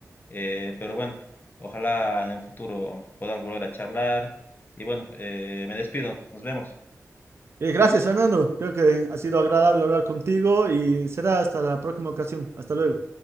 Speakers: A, on the left (about 35°); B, on the right (about 45°).
A: Eh, pero bueno, ojalá en un futuro podamos volver a charlar. Y bueno, eh, me despido, nos vemos.
B: Eh, gracias, Fernando. Creo que ha sido agradable hablar contigo y será hasta la próxima ocasión. Hasta luego.